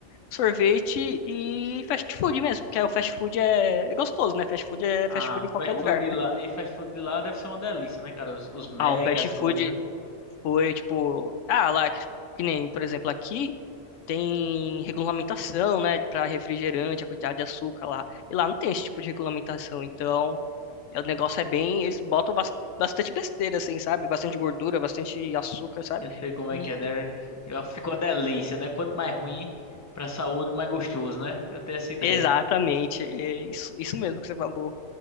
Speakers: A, on the left; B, on the left.
A: sorvete e fast food mesmo, porque aí o fast food é, é gostoso, né? Fast food é
B: Ah,
A: fast food em qualquer
B: fast
A: lugar,
B: food de
A: né?
B: lá, e fast food de lá deve ser uma delícia, né, cara? Os, os Mac,
A: Ah, o fast
B: as coisas.
A: food. Foi tipo, ah, lá, que que nem, por exemplo, aqui tem regulamentação, né, para refrigerante, a quantidade de açúcar lá. E lá não tem esse tipo de regulamentação. Então, é, o negócio é bem, eles botam bas- bastante besteira, assim, sabe? Bastante gordura, bastante açúcar, sabe?
B: Eu sei como
A: E
B: é que é, né? Eu- Fica uma delícia, né? Quanto mais ruim pra saúde, mais gostoso, né? Eu tenho essa ideia.
A: exatamente, é isso, isso mesmo que você falou.